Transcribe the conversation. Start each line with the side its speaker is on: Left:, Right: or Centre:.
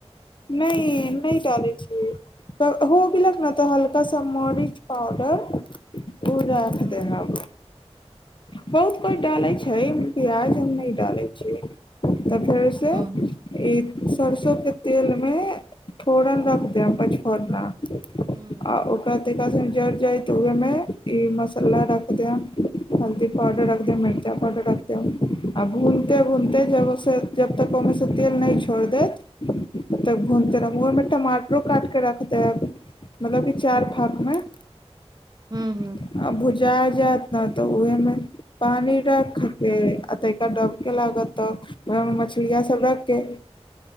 Left: नइ नइ डालय छिये तऽ हो गेलक ने तऽ हल्का सा मरीच पाउडर उ राइख
Right: हूँ
Left: देहब बहुत कोइ डालै छै प्याज हम नइ डालै छियै तऽ फेर से
Right: हूँ
Left: ई सरसो के तेल मे फोरन रख देब पचफोरना आ
Right: हूँ
Left: ओकरा तनिका सनि जर जाय तऽ ओेहेमे ई मसाला रख देहम हल्दी पाउडर रख देहम मिर्चा पाउडर रख देहम आबू भूनिते भूनिते जब ओ सँ जब तक ओहिमे सँ तेल नहि छोड़ि देैत तक भूनते रहनि हँ न <unintelligible> टमाटरो काटिकऽ रख देब मतलब कि चार फाक मे
Right: हूँ
Left: आ भुजा जाएत ने तऽ उहे मे पानी रखके आ तैपर डबके लागत त ओह मे मछली सब रखके